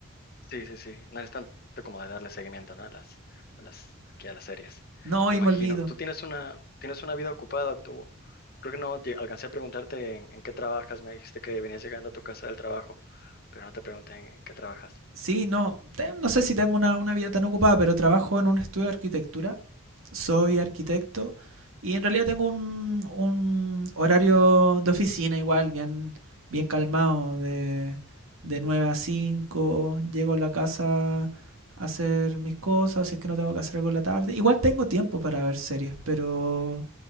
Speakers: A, on the left (about 45°); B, on the right (about 75°).
A: Sí, sí, sí. No es tanto como de darle seguimiento, ¿no? A las, a las, aquí a las series.
B: No,
A: Imagino.
B: y me olvido.
A: Tú tienes una, tienes una vida ocupada, tú. Creo que no te alcancé a preguntarte en, en qué trabajas. Me dijiste que venías llegando a tu casa del trabajo, pero no te pregunté en, en qué trabajas.
B: Sí, no, no sé si tengo una, una vida tan ocupada, pero trabajo en un estudio de arquitectura soy
A: Oh,
B: arquitecto y en realidad tengo un, un horario de oficina igual, bien, bien calmado, de, de nueve a cinco llego a la casa a hacer mis cosas, o si es que no tengo que hacer algo en la tarde. Igual tengo tiempo para ver series, pero